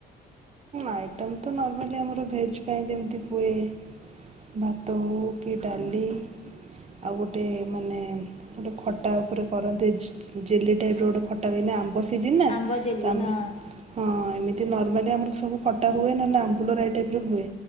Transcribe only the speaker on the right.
ଆଇଟମତ, ନର୍ମାଲି ଆମର ଭେଜ୍ ପାଇଁ ଯେମିତି ହୁଏ ଭାତ ହଉକି ଡାଲି ଆଉ ଗୋଟେ ମାନେ ଗୋଟେ ଖଟା ଉପରେ କରନ୍ତି ଜେଲି ଟାଇପର ଗୋଟେ ଖଟା ହୁଏନା ଆମ୍ବ ସିଜିନ୍ ନା,
ତଆମେ
ହଁ, ଏମିତି ନର୍ମାଲି ଆମର ସବୁ ଖଟା ହୁଏ ନହେଲେ ଆମ୍ବୁଲ ରାଇ ଟାଇପ୍ର ହୁଏ